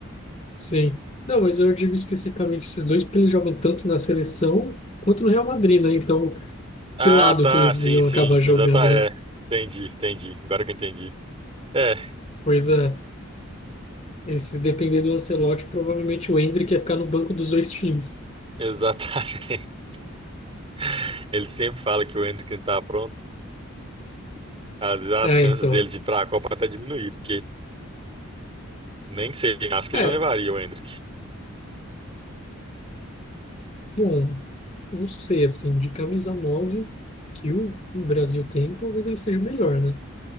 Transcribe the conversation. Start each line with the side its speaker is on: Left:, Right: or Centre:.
Left: sim. Não, mas eu digo especificamente esses dois, porque eles jogam tanto na seleção quanto no Real Madrid, né? Então,
Right: Ah,
Left: que lado
Right: tá,
Left: que eles
Right: sim,
Left: iam
Right: sim,
Left: acabar jogando,
Right: exatamente.
Left: né?
Right: É, entendi, entendi. Agora que eu entendi. É,
Left: Pois é, e se depender do Ancelotti, provavelmente o Endrick ia ficar no banco dos dois times.
Right: exatamente. <laughs> Ele sempre fala que o Endrick não tá pronto. Às vezes as
Left: É,
Right: chances
Left: então.
Right: dele de ir para a Copa até diminuíram, porque nem sei, acho que
Left: É,
Right: ele não levaria o Endrick
Left: bom, eu não sei, assim, de camisa 9 que o Brasil tem, talvez ele seja o melhor, né?